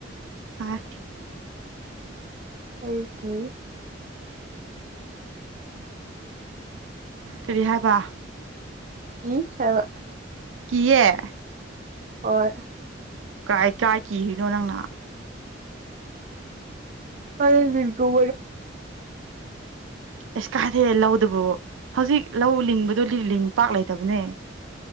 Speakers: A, on the right; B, on the right.
A: ꯍꯥꯏ
B: ꯑꯩ ꯀꯦ
A: ꯀꯔꯤ ꯍꯥꯏꯕ
B: ꯍ ꯁꯕ
A: ꯀ ꯑꯦ
B: ꯑꯣ
A: ꯀꯥꯏ ꯀꯥꯏ ꯀꯤꯔꯤꯅꯣ ꯅꯪꯅ
B: ꯑ ꯔꯒꯨꯣ
A: ꯑꯦꯁ ꯀꯥꯗꯦ ꯂꯧꯗꯨꯕꯨ ꯍꯧꯖꯤꯛ ꯂꯧ ꯂꯤꯡꯕꯗꯣ ꯂꯤꯡ ꯄꯥꯛ ꯂꯩꯇꯕꯅꯦ